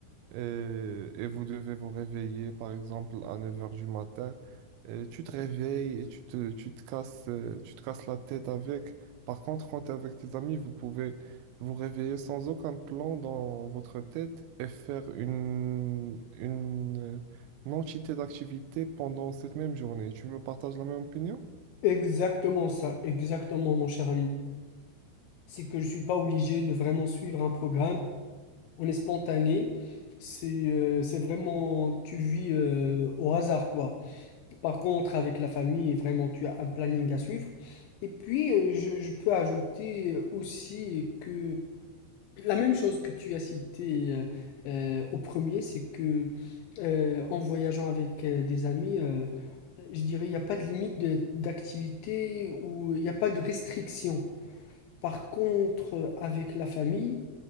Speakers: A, on the right; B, on the left.
A: et, et vous devez vous réveiller, par exemple, à neuf heures du matin, et tu te réveilles et tu te, tu te casses, euh, tu te casses la tête avec. Par contre, quand t'es avec tes amis, vous pouvez vous réveiller sans aucun plan dans votre tête et faire une, une, euh, une entité d'activité pendant cette même journée. Tu me partages la même opinion?
B: Exactement ça, exactement mon cher ami. C'est que je suis pas obligé de vraiment suivre un programme. On est spontané. C'est euh, c'est vraiment tu vis euh, au hasard quoi. Par contre, avec la famille, vraiment tu as un planning à suivre. Et puis euh, je, je peux ajouter euh, aussi que La même chose que tu as cité euh, euh, au premier, c'est que euh, en voyageant avec euh, des amis, euh, je dirais, il n'y a pas de limite de- d'activité ou il n'y a pas de restriction. Par contre, euh, avec la famille,